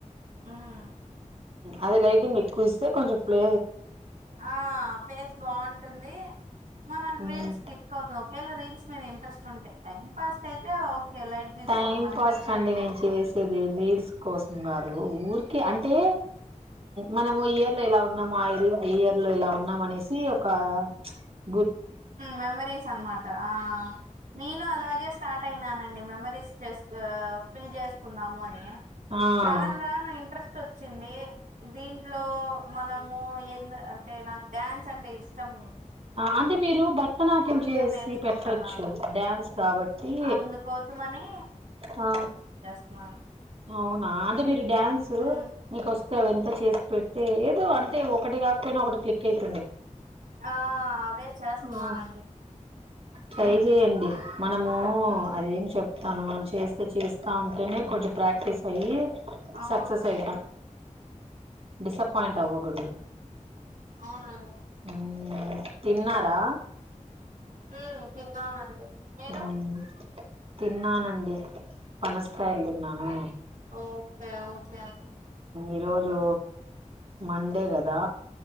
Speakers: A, on the right (about 85°); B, on the right (about 50°).
A: ఉమ్
B: అది లైటింగ్ ఎక్కు ఇస్తే కొంచెం ఫ్లే
A: ఆ ఫేస్ బాగుంటుంది మనం
B: మ్
A: రీల్స్ క్లిక్ అవుతాంది ఒకేళ రీల్స్ మీద ఇంట్రెస్ట్ ఉంటే టైం పాస్ట్ అయితే ఓకే లైట్ తీసుకోండి
B: టైం
A: మనకి
B: పాస్
A: నచ్చినట్టు
B: కండి
A: తీసుకో
B: నేను చేసేది రీల్స్ కోసం కాదు ఊరికే అంటే మనము ఇయర్ లో ఇలా ఉన్నాము ఆ ఇ ఇయర్ లో ఇలా ఉన్నామ అనేసి ఒక గుర్త్
A: మెమరీస్ అన్మాట ఆ నేను అలాగే స్టార్ట్ అయినానండి మెమరీస్ చేసు ఫిల్ చేసుకున్నాము అని
B: ఆ
A: రాను రాను ఇంట్రెస్ట్ వచ్చింది దీంట్లో మనము అంటే నాకు డ్యాన్స్ అంటే ఇష్టము
B: అంటే మీరు భరతనాట్యం చేసి
A: నేర్చుకుంటున్నాను
B: పెట్టచ్చు డ్యాన్స్ కాబట్టి
A: అందుకోసమని
B: ఆ
A: మ
B: అవునా అంటే మీరు డ్యాన్సు
A: ఉమ్,
B: మీకు వ సవ ఎంత చేసి పెడితే ఏదో అంతే ఒకటి కాకపోయినా ఒకటి క్లిక్ అయిత
A: ఆ అవే చేస్తున్నానండి
B: ఆ ట్రై చేయండి మనము
A: ఉమ్,
B: అదేం చెప్తాను మనం చేస్తే చేస్ ఆ ఉంటేనే కొంచెం ప్రాక్ సక్సెస్ అయి
A: అవును
B: సక్సెస్ అయితాం డిసప్పాయింట్ అవ్వకూడదు
A: అవునంద
B: మ్మ్, తిన్నారా
A: ఉమ్ తిన్నానండి మీరు
B: మ్మ్, తిన్నానండి పనస్కాయ్ల్ తిన్నాను
A: ఓయ్ ఎమో చెయాలి
B: ఇ రొజూ మండే గదా